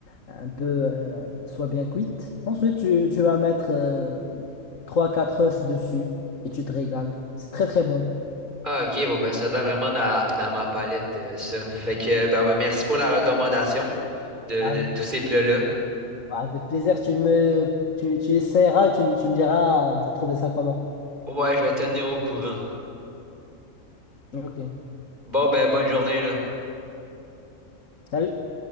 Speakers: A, on the left; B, on the right.
A: un peu euh, soient bien cuites. Ensuite, tu, tu vas mettre euh, trois quatre œufs dessus et tu te régales. C'est très très bon.
B: Ah, ok, bon, ben, ça doit vraiment dans, dans ma palette, euh, ça. Fait que, ben, ben, merci pour la recommandation de,
A: Avec,
B: de tous ces plats-là.
A: avec plaisir, tu me tu, tu essaieras et tu, me- tu me diras, euh, t'as trouvé ça comment.
B: Ouais, je vais tenir au courant.
A: Ok.
B: Bon, ben, bonne journée, là.
A: Salut.